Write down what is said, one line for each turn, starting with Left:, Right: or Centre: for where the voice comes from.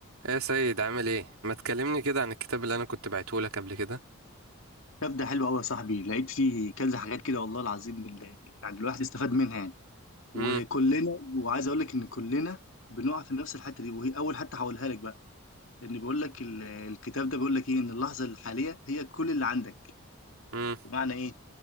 Right: ايه يا سيد عامل ايه ما تكلمني كده عن الكتاب اللي انا كنت بعته لك قبل كده
Left: طب ده حلو قوي يا صاحبي لقيت فيه كذا حاجات كده والله العظيم بال- يعني الواحد استفاد منها يعني وكلنا
Right: امم
Left: وعايز اقول لك ان كلنا بنقع في نفس الحته دي وهي اول حته هقولها لك بقى لان بيقول لك ال- الكتاب ده بيقول لك ايه ان اللحظه الحاليه هي كل اللي عندك
Right: امم
Left: بمعنى ايه